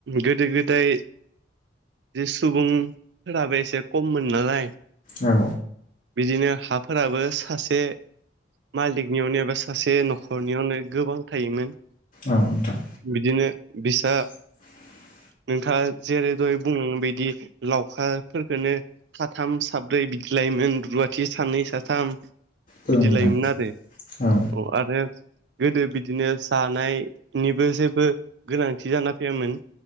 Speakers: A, on the right (about 65°); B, on the left (about 45°).
A: गोदो गोदाय जे सुबुंफोराबो एसे कममोन नालाय
B: औ
A: बिदिनो हा फोराबो सासे मालिकनियावनो एबा सासे न'खरनियावनो गोबां थायोमोन।
B: औ नोंथां
A: बिदिनो बिसा
B: <inaudible>
A: नोंथाङा जेरै दहाय बुंलांनायबादि लावखारफोरखौनो साथाम साब्रै बिदिलायमोन रुवाथि सानै साथाम
B: औ
A: बिदि
B: नोंथां
A: लायोमोन आरो
B: औ
A: अ आरो गोदो बिदिनो जानायनिबो जेबो गोनांथि जाना फैयामोन।